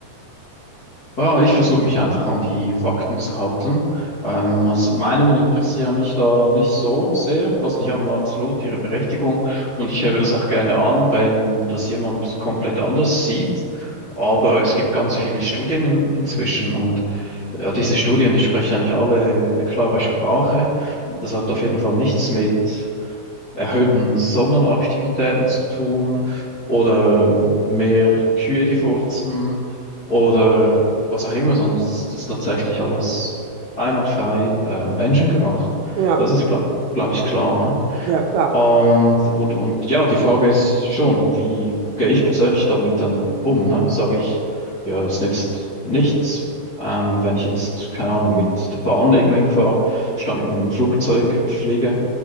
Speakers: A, on the left; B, on the right.
A: Ah, ich versuche mich einfach an die Fakten zu halten. Ähm, also Meinungen interessieren mich da nicht so sehr. Also die haben absolut ihre Berechtigung und ich höre mir das auch gerne an, wenn das jemand komplett anders sieht. Aber es gibt ganz viele Studien in, inzwischen und ja, diese Studien, die sprechen eigentlich alle eine klare Sprache. Das hat auf jeden Fall nichts mit erhöhten Sonnenaktivitäten zu tun oder mehr Kühe, die furzen oder was auch immer, sondern es ist tatsächlich alles ein und frei äh, menschengemacht.
B: Ja,
A: Das ist, glaube glaub ich, klar, ne?
B: ja, klar.
A: Und, und, und ja, die Frage ist schon, wie gehe ich persönlich damit dann um, ne? Sage ich, ja, es nützt nichts. Ähm, wenn ich jetzt, keine Ahnung, mit der Bahn irgendwo hinfahre, statt mit dem Flugzeug fliege,